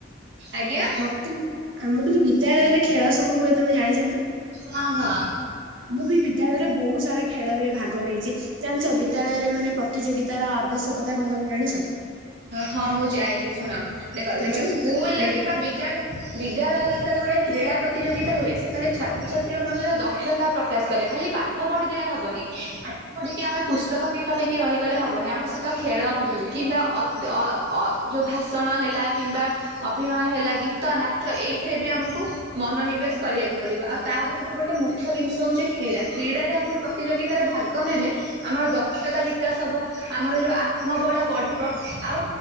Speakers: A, on the right; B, on the right.
A: ଆଜ୍ଞା।
B: ମତେ ଆମ କହିଲି ବିଦ୍ୟାଳୟରେ ଖେଳ ସବୁ ହୁଏ ତମେ ଜାଣିଛ ନା?
A: ହ ହଁ
B: ମୁଁ ବି ବିଦ୍ୟାଳୟରେ ବହୁତ ସାରା ଖେଳ ରେ ଭାଗ ନେଇଛି। ଜାଣିଛ ବିଦ୍ୟାଳୟରେ ମାନେ ପ୍ରତିଯୋଗିତାର ଆବଶ୍ୟକତା କଣ ତମେ ଜାଣିଛ?
A: ହଁ ମୁଁ ଜାଇଁଲି ଶୁଣ ଦେଖ,
B: ଜାଣିଛ ନା
A: ସ୍କୁଲରେ
B: ମତେ କହିଲ
A: କିମ୍ବା ବିଦ୍ୟାଳ ବିଦ୍ୟାଳୟରେ ଯେତେବେଳେ ଗୋଟେ କ୍ରୀଡ଼ା ପ୍ରତିଯୋଗିତା ହୁଏ ସେତେବେଳେ ଛାତ୍ରଛାତ୍ରୀ ମନର ଦକ୍ଷତା ପ୍ରକାଶ କରେ ଖାଲି ପାଠ ପଢିଦେଲେ ହବନି। ପାଠ ପଢିକି ଆମେ ପୁସ୍ତକ ଗୀତ ହେଇକି ରହିଗଲେ ହବନି ଆମ ସହିତ ଖେଳ
B: ଟିକେ?
A: କିମ୍ବା ଅ ଅ ଅଯୋଗ ଭାଷଣ ହେଲା କିମ୍ବା ଅଭିନୟ ହେଲା ଗୀତ ନାଚ ଏଇଥିରେ ବି ଆମକୁ ମନୋନିବେଶ କରିବାକୁ ପଡିବ ଆଉ ତା ଭିତରୁ ଗୋଟେ ମୁଖ୍ୟ ଜିନିଷ ହେଉଛି କ୍ରୀଡ଼ା କ୍ରୀଡ଼ାରେ ଆମେ ପ୍ରତିଯୋଗିତାରେ ଭାଗ ନେଲେ ଆମର ଦକ୍ଷତା ବିକାଶ ହବ ଆମର ଯୋଉ ଆ ଆତ୍ମବଳ ବଢିବ ଆଉ